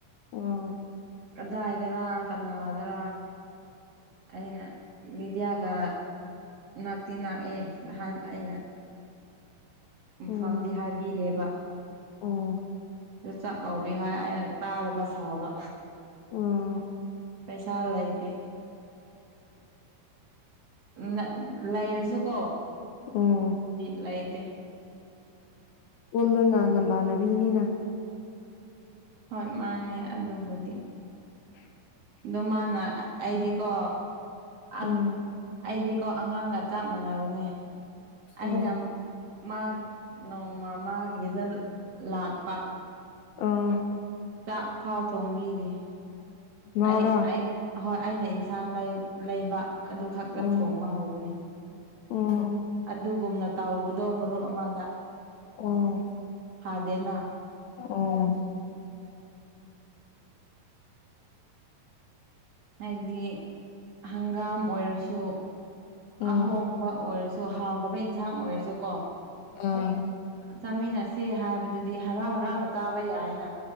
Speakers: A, on the left (about 70°); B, on the right (about 50°).
A: ꯎꯝ
B: ꯀꯗꯥꯏꯗꯔ ꯀꯅꯥꯗꯔꯥ ꯑꯏꯅ ꯕꯤꯗꯤꯌꯥꯒ ꯅꯥꯛꯇꯤ ꯅꯥꯛꯑꯦ ꯅꯍꯥꯟ ꯑꯩꯅ ꯃꯐꯝꯗꯤ
A: ꯎꯝ
B: ꯍꯥꯏꯕꯤꯗꯦꯕ
A: ꯎꯝ
B: ꯑꯗꯨ ꯆꯥꯛ ꯀꯧꯕꯤꯌꯨ ꯍꯥꯏ ꯑꯩꯅ ꯇꯥꯗꯕ ꯁꯥꯕ
A: ꯎꯝ
B: ꯄꯩꯁꯥ ꯂꯩꯇꯦ ꯅꯠ ꯂꯩꯔꯁꯨ ꯀꯣ
A: ꯎꯝ
B: ꯂꯩꯇꯦ
A: ꯎꯜꯗꯣ ꯅ ꯅꯃꯥꯟꯅꯕꯤꯅꯤꯅ
B: ꯍꯣꯏ ꯃꯥꯅꯦ ꯑꯗꯨꯕꯨꯗꯤ
A: <inaudible>
B: ꯑꯗꯨ ꯃꯥꯅ ꯑꯩꯗꯤꯀꯣ ꯑ
A: ꯎꯝ
B: ꯑꯩꯗꯤꯀꯣ ꯑꯉꯥꯡ ꯆꯞ ꯃꯥꯟꯅꯕꯅꯦ ꯑꯩꯅ
A: ꯎꯝ
B: ꯃꯥ ꯅꯣꯡꯃ ꯃꯥꯒꯤꯗ ꯂꯥꯛꯄ
A: ꯎꯝ
B: ꯆꯥꯛ ꯊꯥꯎ ꯊꯣꯡꯕꯤꯗꯦ
A: ꯃꯥꯔꯥ
B: ꯑꯩ ꯑꯩ ꯍꯣꯏ ꯑꯩꯅ ꯏꯟꯁꯥꯡ ꯂꯩ ꯂꯩꯕ ꯑꯗꯨ ꯈꯛꯇ
A: ꯎꯝ
B: ꯊꯣꯡꯕ ꯍꯧꯕꯅꯤ
A: ꯎꯝ
B: ꯑꯗꯨꯒꯨꯝꯅ ꯇꯥꯎꯕꯗꯣ ꯃꯔꯨꯞ ꯑꯃꯗ
A: ꯎꯝ
B: ꯐꯥꯗꯦꯅ
A: ꯎꯝ
B: ꯍꯥꯏꯗꯤ ꯍꯪꯒꯥꯝ ꯑꯣꯏꯔꯁꯨ
A: ꯎꯝ
B: ꯑꯍꯣꯡꯕ ꯑꯣꯏꯔꯁꯨ ꯍꯥꯎꯗꯕ ꯏꯟꯁꯥꯡ ꯑꯣꯏꯔꯁꯨꯀꯣ
A: ꯑꯥ
B: ꯆꯥꯃꯤꯟꯅꯁꯦ ꯍꯥꯏꯕꯗꯨꯗꯤ ꯍꯔꯥꯎ ꯍꯔꯥꯎꯅ ꯆꯥꯕ ꯌꯥꯏꯅ